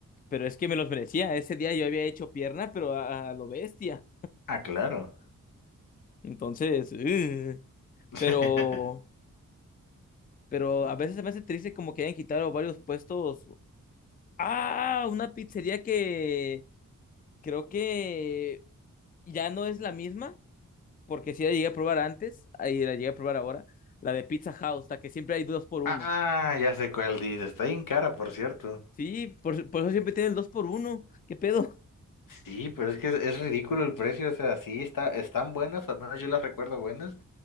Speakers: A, on the left; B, on the left.
A: pero es que me los merecía. Ese día yo había hecho pierna, pero a, a lo bestia.
B: Ah, claro.
A: Entonces, ugh.
B: <laughs>
A: pero, pero a veces se me hace triste como que hayan quitado varios puestos. Ah, una pizzería que creo que ya no es la misma, porque sí la llegué a probar antes, ahí la llegué a probar ahora, la de Pizza House, la que siempre hay dos por uno.
B: Ah, ya sé cuál dice. Está bien cara, por cierto.
A: Sí, por, por eso siempre tienen el dos por uno. ¿Qué pedo?
B: Sí, pero es que es, es ridículo el precio. O sea, sí, está, están buenas, al menos yo las recuerdo buenas,